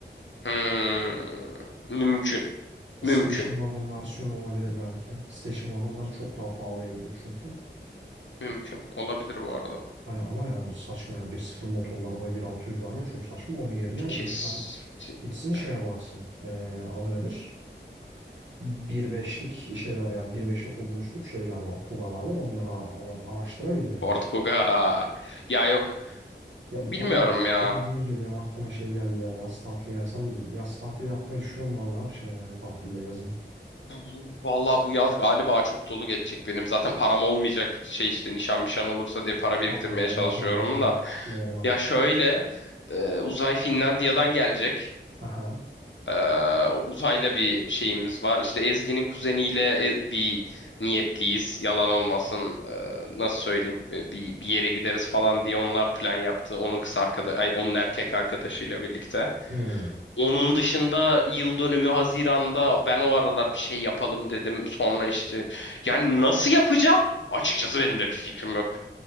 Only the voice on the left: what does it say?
Hmm, mümkün. Mümkün.
Mümkün. Olabilir bu arada.
Kesinlikle.
Ford Kuga. Ya yok.
Bilmiyorum
ya.
Bu- bu- Vallahi bu yaz galiba çok dolu geçecek benim. Zaten param olmayacak şey işte nişan nişan olursa diye para biriktirmeye
çalışıyorum
da.
Ya şöyle e, uzay Finlandiya'dan gelecek.
Ee, uzayla bir şeyimiz var. İşte Ezgi'nin kuzeniyle e- bir niyetliyiz. Yalan olmasın. ee, nasıl söyleyeyim? Ee, bir bir yere gideriz falan diye onlar plan yaptı. Onun kız arkadaş, ay onun erkek arkadaşıyla birlikte.
Onun dışında yıl dönümü Haziran'da ben o aralar bir şey yapalım dedim. Sonra işte yani nasıl yapacağım? Açıkçası benim de bir fikrim yok.